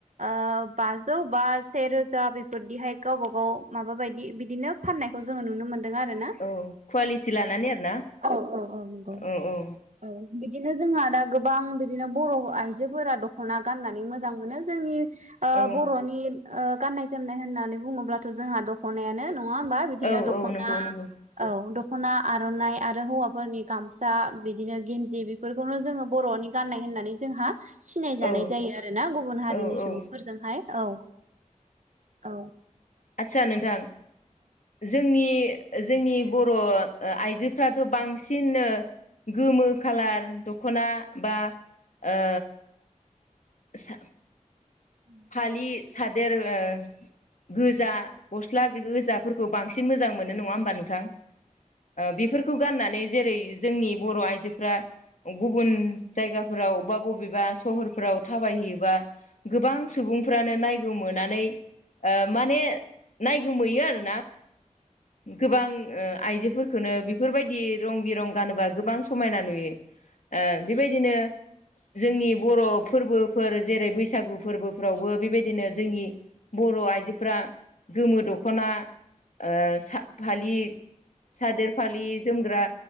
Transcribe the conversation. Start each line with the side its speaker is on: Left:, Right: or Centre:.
Right: ओ बाजौ बा सेेरोजा बेफोरदिहाय गावबा गाव माबा बायदि बिदिनो फाननायखौ जोंङो नुनो मोनदों आरो ना
Left: औ कुवालिटि लानानै आरोना
Right: औ औ औ नंगौ
Left: औ औ
Right: औ बिदिनो जोंहा दा गोबां बिदिनो बर' आइजोफोरा दख'ना गाननानै मोजां मोनो जोंनि ओ
Left: औ
Right: बर'नि ओ गाननाय जोमनाय होननानै बुङोब्लाथ' जोंहा दख'नायानो नङा होमबा? फोदिनो
Left: औ
Right: दख'ना
Left: औ नंगौ नंगौ
Right: औ दख'ना आर'नाइ आरो हौवाफोरनि गामसा बि दिनो गिनदि बिफोरखौनो जोङो बर'नि गाननाय होननानै जोंहा सिनाय जानाय
Left: औ
Right: जायो आरो ना गुबुन हारिनि
Left: औ औ
Right: सुबुंफोर जोंहाय औ। औ
Left: आदसा नोंथां। जोंनि जोंनि बर' ओ आइजोफ्राथ' बांसिननो गोमो खालार दख'ना बा ओ सा
Right: <inaudible>
Left: फालि सादेर ओ गोजा गस्ला गोजाफोरखौ बांसिन मोजां मोनो नङा होमबा नों थां ओ बेफोरखौ गाननानै जेरै जोंनि बर' आइजोफ्रा गुबुन जायगाफोराव बा बबेबा सहरफोराव थाबाय हैयोबा गोबां फ्रानो नायगोमोनानै ओ माने नायगोमोयो आरो गोबां ओ आइजोफोरखोनो बिफोरबायदि रं बिरं गानोबा गोबां समायना नुयो। ओ बेबायदिनो जोंनि बर' फोरबोफोर जेरै बैसागु फोरबो फोरावबो बेबायदिनो जोंनि बर' आइजोफ्रा गोमो दख'ना ओ सा फालि सादोर फालि जोमग्रा